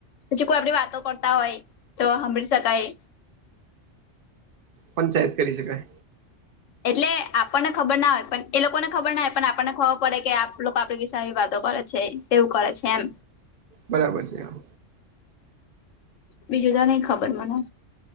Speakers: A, on the left; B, on the right.
A: પછી કોઈ આપડી વાતો કર તા હોય તો સાંભળી શકાય.
B: પંચાયત કરી શકાય.
A: એટલે આપણને ખબર ના હોય પણ એ લોકોને ખબર ના હોય પણ આપણને ખબર પડે કે આપ લોકો આપડી વિશે આવી વાતો કરે છે. તેવું કરે છે એમ.
B: બરાબર છે આમ.
A: બીજું તો નઈ ખબર મને.